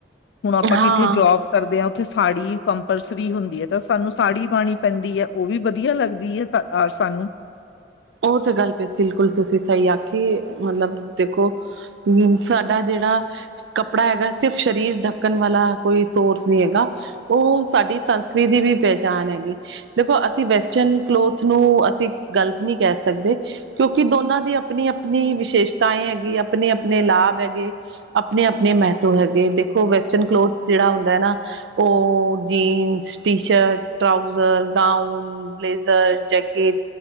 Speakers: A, on the left; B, on the right.
A: ਹੁਣ ਆਪਾਂ
B: ਹਾਂ
A: ਕਿੱਥੇ ਜੋਬ ਕਰਦੇ ਆ ਉੱਥੇ ਸਾੜੀ ਕੰਪਲਸਰੀ ਹੁੰਦੀ ਏ ਤਾਂ ਸਾਨੂੰ ਸਾੜੀ ਪਾਣੀ ਪੈਂਦੀ ਏ ਉਵੀ ਵਧੀਆ ਲੱਗਦੀ ਐ ਸ ਆ ਸਾਨੂੰ
B: ਉਹ ਤੇ ਗੱਲ ਪ ਬਿਲਕੁਲ ਤੁਸੀਂ ਸਹੀ ਆਖੀ ਮਤਲਬ ਦੇਖੋ ਹ ਸਾਡਾ ਜਿਹੜਾ ਕੱਪੜਾ ਹੈਗਾਏ ਸਿਰਫ ਸਰੀਰ ਧੱਕਣ ਵਾਲਾ ਕੋਈ ਸੋਰਸ ਨੀ ਹੈਗਾ। ਉਹ ਸਾਡੀ ਸੰਸਕ੍ਰਿ ਦੀ ਵੀ ਪਹਿਚਾਣ ਹੈਗੀ। ਦੇਖੋ ਅਸੀਂ ਵੈਸਟਰਨ ਕਲੋਥ ਨੂੰ ਅਸੀਂ ਗ਼ਲਤ ਨੀ ਕਹਿ ਸਕਦੇ। ਕਿਉਂਕਿ ਦੋਨਾਂ ਦੀ ਆਪਣੀ-ਆਪਣੀ ਵਿਸ਼ੇਸ਼ਤਾਏ ਹੈਗੀ ਆਪਣੇ ਆਪਣੇ ਲਾਭ ਹੈਗੇ। ਆਪਣੇ ਆਪਣੇ ਮਹੱਤਵ ਹੈਗੇ ਦੇਖੋ ਵੈਸਟਰਨ ਕਲੋਥ ਜੇੜਾ ਹੁੰਦਾ ਏ ਨਾ ਓਹ jeans, T shirt, trouser, gown, blazer jacket.